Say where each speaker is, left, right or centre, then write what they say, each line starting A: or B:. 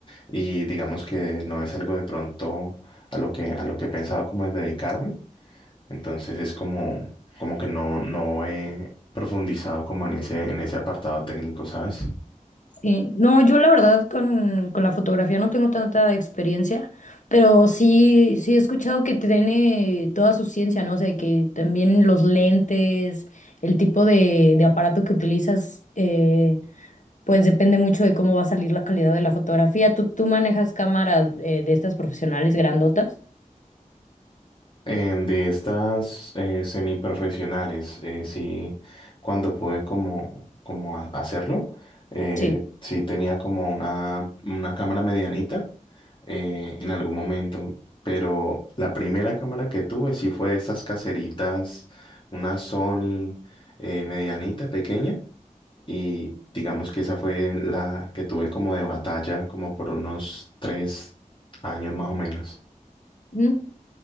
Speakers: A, on the left; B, on the left.
A: y digamos que no es algo de pronto a lo que a lo que he pensado como es dedicarme. Entonces es como como que no no he profundizado como en ese en ese apartado técnico, ¿sabes?
B: Sí, no, yo la verdad con, con la fotografía no tengo tanta experiencia, pero sí, sí he escuchado que tiene toda su ciencia, ¿no? O sea, que también los lentes, el tipo de, de aparato que utilizas, eh pues depende mucho de cómo va a salir la calidad de la fotografía. ¿Tú, tú manejas cámaras eh, de estas profesionales grandotas?
A: Eh, de estas eh, semiprofesionales, eh, sí, cuando pude como, como ha- hacerlo, eh,
B: Sí.
A: sí tenía como una, una cámara medianita eh, en algún momento, pero la primera cámara que tuve sí fue de esas caseritas, una Sony eh, medianita, pequeña, y digamos que esa fue la que tuve como de batalla, como por unos tres años más o menos.
B: Mm,